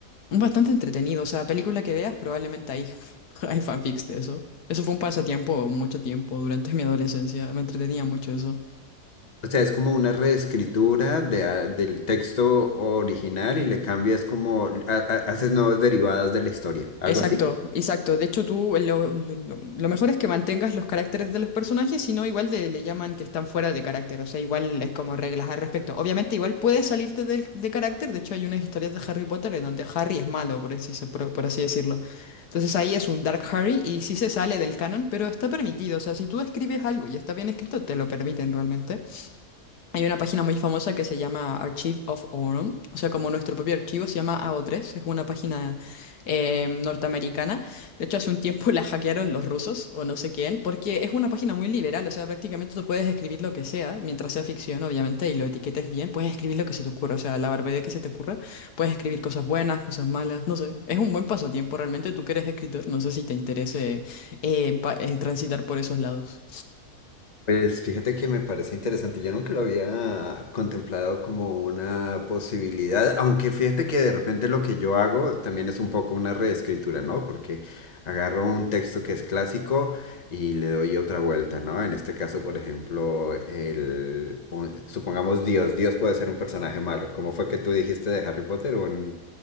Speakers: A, on the left (about 85°); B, on the left (about 30°).
A: Es bastante entretenido. O sea, película que veas, probablemente hay, <laughs> hay fanfics de eso. Eso fue un pasatiempo mucho tiempo durante mi adolescencia. Me entretenía mucho eso.
B: O sea, es como una reescritura de, a- del texto original y le cambias como, ha- ha- haces nuevas derivadas de la historia, algo
A: Exacto,
B: así.
A: exacto. De hecho, tú lo, lo- lo- lo mejor es que mantengas los caracteres de los personajes, si no, igual de- le llaman que están fuera de carácter. O sea, igual hay como reglas al respecto. Obviamente, igual puedes salirte del- de, carácter. De hecho, hay unas historias de Harry Potter en donde Harry es malo, por así, se- por, por así decirlo. Entonces ahí es un Dark Harry y sí se sale del canon, pero está permitido. O sea, si tú escribes algo y está bien escrito, te lo permiten realmente. Hay una página muy famosa que se llama Archive of Orum, o sea, como nuestro propio archivo, se llama A O tres. es una página eh, norteamericana. De hecho, hace un tiempo <laughs> la hackearon los rusos, o no sé quién, porque es una página muy liberal, o sea, prácticamente tú puedes escribir lo que sea, mientras sea ficción, obviamente, y lo etiquetes bien, puedes escribir lo que se te ocurra, o sea, la barbaridad que se te ocurra, puedes escribir cosas buenas, cosas malas, no sé, es un buen pasatiempo realmente, tú que eres escritor, no sé si te interese eh, pa- eh, transitar por esos lados.
B: Pues fíjate que me parece interesante. Yo nunca lo había contemplado como una posibilidad, aunque fíjate que de repente lo que yo hago también es un poco una reescritura, ¿no? Porque agarro un texto que es clásico y le doy otra vuelta, ¿no? En este caso, por ejemplo, el, un- supongamos Dios. Dios puede ser un personaje malo. ¿Cómo fue que tú dijiste de Harry Potter? Un,